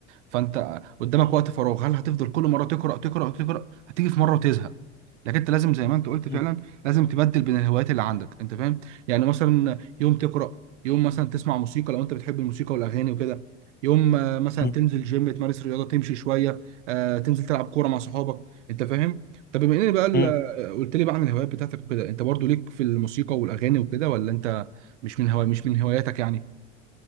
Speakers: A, on the right; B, on the left.
A: فانت قدامك وقت فراغ هل هتفضل كل مره تقرا تقرا تقرا هتيجي في مره وتزهق لكن انت لازم زي ما انت قلت فعلا
B: مم.
A: لازم تبدل بين الهوايات اللي عندك انت فاهم يعني مثلا يوم تقرا يوم مثلا تسمع موسيقى لو انت بتحب الموسيقى والاغاني وكده يوم آه، مثلا
B: مم.
A: تنزل جيم تمارس رياضه تمشي شويه آه، تنزل تلعب كوره مع صحابك انت فاهم طب بما ان بقى ال-
B: مم.
A: آه، قلت لي بقى عن الهوايات بتاعتك وكده انت برضو ليك في الموسيقى والاغاني وكده ولا انت مش من هوا مش من هواياتك يعني